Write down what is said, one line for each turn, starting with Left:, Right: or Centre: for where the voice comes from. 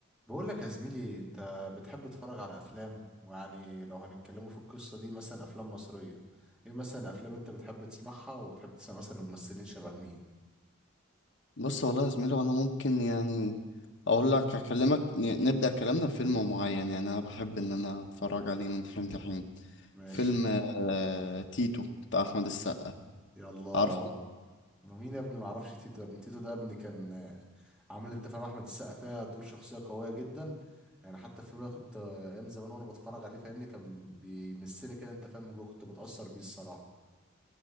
Centre: بقول لك يا زميلي انت بتحب تتفرج على افلام ويعني لو هنتكلموا في القصة دي مثلا افلام مصرية ايه مثلا افلام انت بتحب تسمعها وبتحب تسمع مثلا ممثلين شبه مين
Left: بص والله يا زميلي وانا ممكن يعني اقول لك اكلمك ن- نبدا كلامنا بفيلم معين يعني انا بحب ان انا اتفرج عليه من حين لحين
Centre: ماشي
Left: فيلم آه تيتو بتاع احمد السقا
Centre: يلا
Left: عارفه
Centre: مين يا ابني ما اعرفش تيتو يا ابني تيتو ده يا ابني كان آه، عامل انت فاهم احمد السقا فيها دور شخصية قوية جدا يعني حتى الفيلم ده كنت آه، ايام زمان وانا بتفرج عليه فاهمني كان بيمسني كده انت فاهم من جوه كنت بتأثر بيه الصراحة